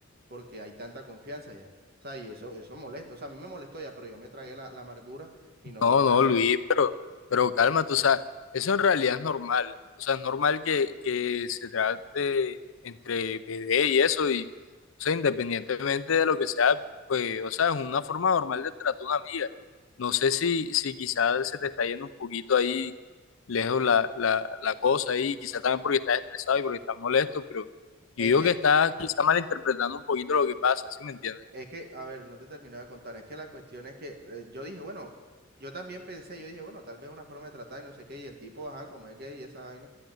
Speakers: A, on the right (about 50°); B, on the left (about 70°).
A: porque hay tanta confianza ya. O sea, y eso, eso molesta. O sea, a mí me molestó ya, pero yo me tragué la, la amargura y
B: No,
A: no dije nada.
B: no, Luis, pero, pero cálmate, o sea, eso en realidad es normal. O sea, es normal que, que se trate entre bebé y eso, y, o sea, independientemente de lo que sea, pues, o sea, es una forma normal de tratar a una amiga. No sé si, si quizás se te está yendo un poquito ahí lejos la, la, la cosa ahí, quizás también porque estás estresado y porque estás molesto, pero yo
A: Es
B: digo
A: que,
B: que estás quizás malinterpretando un poquito lo que pasa, ¿sí me entiendes?
A: es que, a ver, no te terminaba de contar. Es que la cuestión es que eh, yo dije, bueno, yo también pensé, yo dije, bueno, tal vez una forma de tratar y no sé qué. Y el tipo, ajá, como es gay y esa vaina.